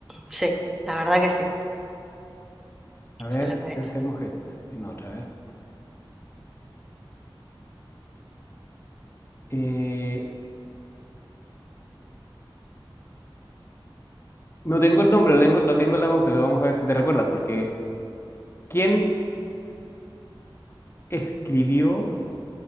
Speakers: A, in the centre; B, on the left.
A: Sí, la verdad que sí,
B: A ver,
A: se la merece.
B: pensemos en, es- en otra. A ver. Eh, no tengo el nombre, lo tengo, lo tengo en la pauta, pero vamos a ver si te recuerdas, porque ¿quién escribió